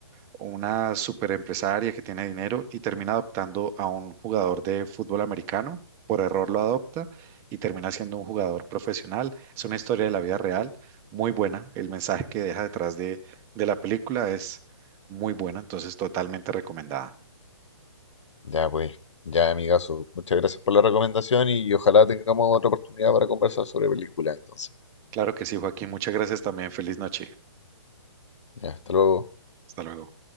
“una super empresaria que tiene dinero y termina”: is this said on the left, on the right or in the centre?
Right